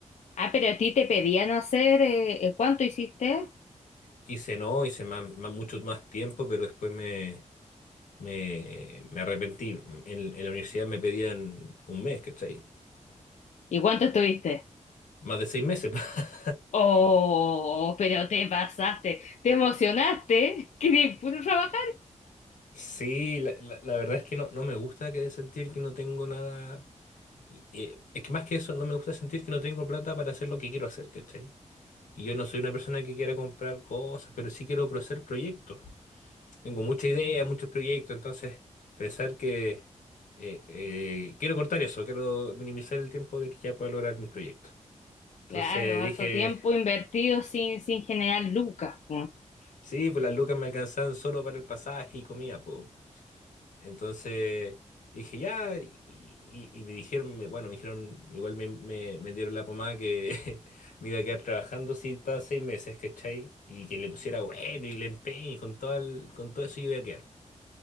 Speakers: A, on the left; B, on the left.
A: Ah, pero a ti te pedían hacer, eh, eh, ¿cuánto hiciste?
B: Hice no, hice más, más- mucho más tiempo, pero después me Me, me arrepentí. En, en la universidad me pedían un mes, ¿cachai?
A: ¿Y cuánto estuviste?
B: Más de seis meses. <laughs>
A: Oh, pero te pasaste, te emocionaste, <laughs> que puro trabajar.
B: Sí, la, la- la verdad es que no, no me gusta que sentir que no tengo nada. y- y es que más que eso, no me gusta sentir que no tengo plata para hacer lo que quiero hacer, ¿cachai? Y yo no soy una persona que quiera comprar cosas, pero sí quiero hacer proyectos. Tengo mucha idea, muchos proyectos, entonces pensar que eh, eh, quiero cortar eso, quiero minimizar el tiempo de que ya pueda lograr mis proyectos. Entonces
A: Claro, harto
B: dije.
A: tiempo invertido sin, sin generar lucas. po.
B: Sí, pues las lucas me alcanzaban solo para el pasaje y comida, pues. Entonces dije, ya, y, y- y me dijeron, me- bueno, me dijeron, igual me, me- me dieron la pomada que <laughs> me iba a quedar trabajando si estaba seis meses, ¿cachai? Y que le pusiera bueno y le empeño y con todo, el- con todo eso yo iba a quedar.